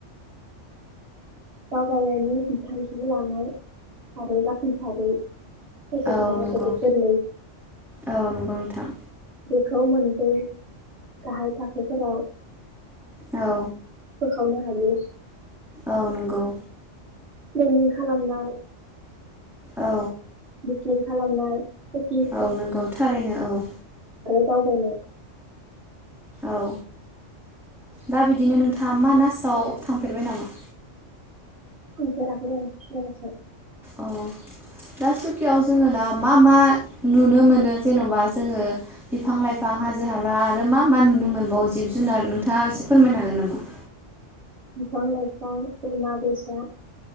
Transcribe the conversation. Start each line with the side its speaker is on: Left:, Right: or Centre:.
Right: <unintelligible> लानाय आरो जाफुंसारै फोजोबनाया
Centre: औ नंगौ
Right: जोबोद गोरलै
Centre: औ नंगौ नोंथां
Right: बेखौ मोनसै गाहाय थाखोफोराव
Centre: औ
Right: <unintelligible> हायो
Centre: औ नंगौ।
Right: प्लेनिं खालामनाय
Centre: औ
Right: थि खालामनाय पेकिं
Centre: औ नोंगौ थारैनो औ
Right: दावबायनो
Centre: औ दा बिदिनो नोंथाङा मानासाव थांफेरबाय नामा?
Right: थांपेराखै नोंथां
Centre: अ दा सुखियाव जोङो दा मा मा नुनो मोनो जेनबा जोंङो बिफां लाइफां हाजो हाला आरो मा मा नुनो मोनबावो जिब जुनार नोंथाङा एसे फोरमायनो हागोन नामा
Right: बिफां लाइफां दैमा दैसा